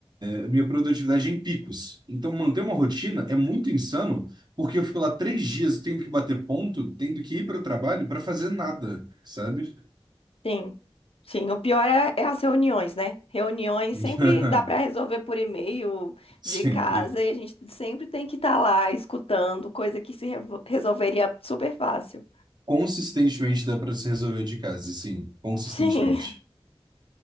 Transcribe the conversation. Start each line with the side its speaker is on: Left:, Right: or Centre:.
Right: a minha produtividade é em picos. Então, manter uma rotina é muito insano, porque eu fico lá três dias tendo que bater ponto, tendo que ir para o trabalho para fazer nada, sabe?
Left: Sim, sim. O pior é, é as reuniões, né? Reuniões
Right: <laughs>
Left: sempre dá para resolver por e-mail
Right: Sempre.
Left: de casa e a gente sempre tem que estar lá escutando, coisa que se revo- resolveria super fácil.
Right: Consistentemente dá para se resolver de casa, sim, consistentemente.
Left: Sim, <laughs>